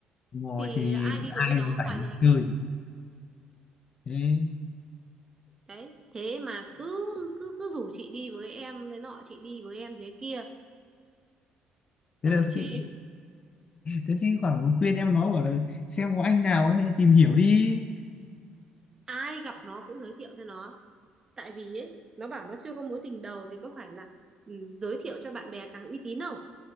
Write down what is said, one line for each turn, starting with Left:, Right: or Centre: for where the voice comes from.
Left: ngồi
Right: thì
Left: thì
Right: là ai đi
Left: ai
Right: được với nó
Left: mà
Right: ngoài
Left: rảnh
Right: giờ hành
Left: chơi
Right: chính
Left: thế
Right: đấy thế mà cứ cứ cứ rủ chị đi với em thế nọ chị đi với em thế kia tao
Left: thế là
Right: chịu
Left: thì, thế thì khoảng khuyên em nó bảo là xem có anh nào hay tìm hiểu đi
Right: ai gặp nó cũng giới thiệu cho nó tại vì ấy nó bảo nó chưa có mối tình đầu thì có phải là ừ, giới thiệu cho bạn bè càng uy tín không